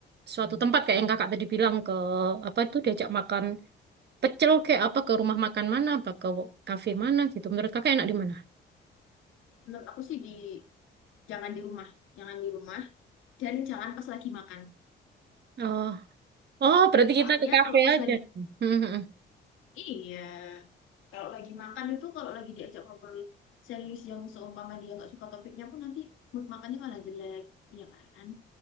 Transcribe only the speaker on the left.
menurut aku sih di jangan di rumah jangan di rumah dan jangan pas lagi makan
soalnya
kalau pas
lagi
iya kalau lagi makan itu kalau lagi diajak ngobrol serius yang seumpama dia nggak suka topiknya pun nanti mood makannya malah jelek iya kan